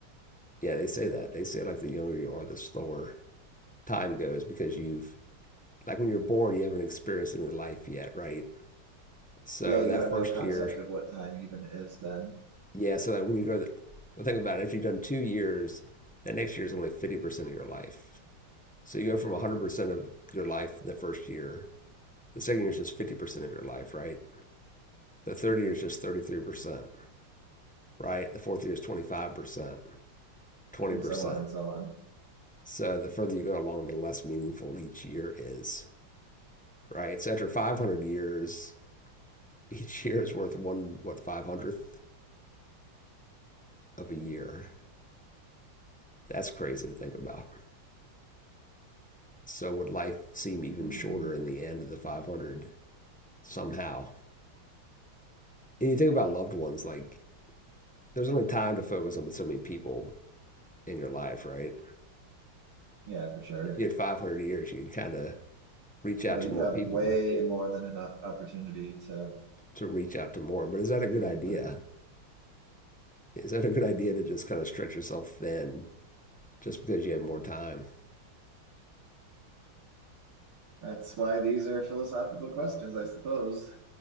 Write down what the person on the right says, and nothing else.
Yeah, you
have
no concept
of what time even is then,
Mhm.
and so on and so on.
Mhm.
Yeah, for sure.
Oh, you
have
way more than enough opportunity to
see
everybody.
That's why these are philosophical questions, I suppose.